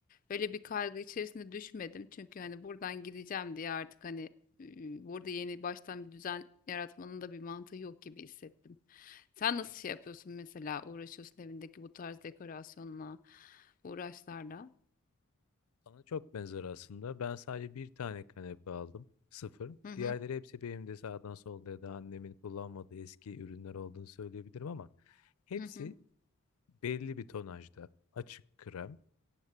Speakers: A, on the left; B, on the left.
A: öyle bir kaygı içerisinde düşmedim. Çünkü hani buradan gideceğim diye artık hani e, burada yeni baştan bir düzen yaratmanın da bir mantığı yok gibi hissettim. Sen nasıl
B: Hı.
A: şey yapıyorsun mesela uğraşıyorsun evindeki bu tarz dekorasyonla, uğraşlarla?
B: Sana çok benzer aslında. Ben sadece bir tane kanepe aldım. Sıfır.
A: Hı hı
B: Diğerleri hepsi benim de sağdan solda ya da annemin kullanmadığı eski ürünler olduğunu söyleyebilirim ama hepsi
A: hı hı.
B: belli bir tonajda. Açık krem.